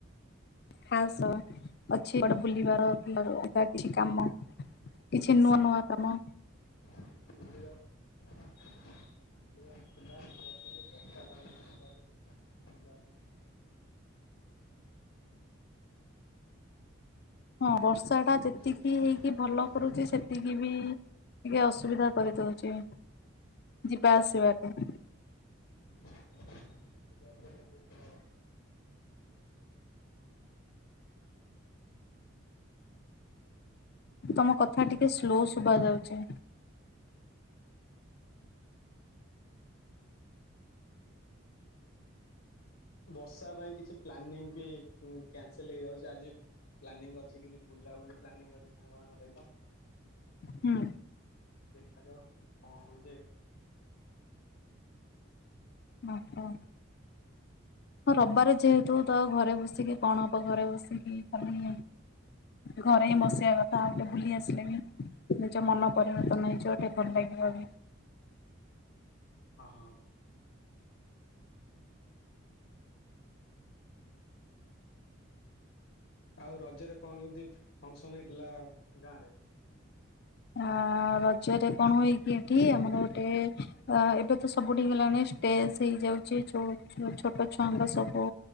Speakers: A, on the left; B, on the left.
A: ଖାସ ଅଛି କୁଆଡ଼େ ବୁଲିବାର <unintelligible> ଅଲଗା କିଛି କାମ। କିଛି ନୂଆ ନୂଆ କାମ।
B: ବୁଲିବା ବୁଲିବାର ଥିଲା ସିଆଡେ ସିଆଡେ ବର୍ଷା ଟା ହୋଉଛି <unintelligible> ବୁଲିବା ପାଇଁ ଇଚ୍ଛା ହୋଉନି।
A: ହଁ ବର୍ଷା
B: ତାପରେ
A: ଟା
B: ଆଜି
A: ଯେତିକି ହେଇକି
B: ପ୍ଲାନିଂ
A: ଭଲ
B: ଅଛି
A: କରୁଚି
B: ସାଙ୍ଗ
A: ସେତିକି ବି ଟିକେ ଅସୁବିଧା କରିଦୋଉଚି ଯିବା ଆସିବା ପାଇଁମ
B: <inaudible>
A: ତମ କଥା ଟିକେ ସ୍ଲୋ ଶୁଭାଯାଉଛି।
B: ବର୍ଷା ପାଇଁ କିଛି ପ୍ଲାନିଂ ବି ଉଁ କ୍ୟାନସେଲ ହେଇଯାଉଛି ଆଜି ପ୍ଲାନିଂ ଅଛି କିଛି ବୁଲାବୁଲି ପ୍ଲାନିଂ ଅଛି ସାଙ୍ଗ ମାନଙ୍କ ସହିତ।
A: ହୁଁ
B: ଦେଖାଯାଉ କଁ ହଉଛି।
A: ବ ହ। ଆ ରବିବାରେ ଯେହେତୁ ତ ଘରେ ବସିକି କଣ ହବ ଘରେ ବସିକି ଖାଲି ଘରେ ହିଁ ବସିବା କଥା ଆଉ ଟିକେ ବୁଲି ଆସିଲେ ବି। ନିଜ ମନ ପରିବର୍ତ୍ତନ ହେଇଯିବ ଟିକେ ଭଲ ଲାଗିବ ବି।
B: ହଁ। ଆଉ ରଜରେ କଣ କେମିତି ଫଙ୍କସନ ହେଇଥିଲା ଗାଁ ରେ?
A: ଆ ରଜରେ କଣ ହୁଏକି ଏଠି ଆମର ଗୋଟେ ଆ ଏବେ ତ ସବୁଠି ହେଲାଣି ଟେସ୍ ହେଇଯାଉଚି ଯୋଉ ଛୋଟ ଛୁଆଙ୍କ ସବୁ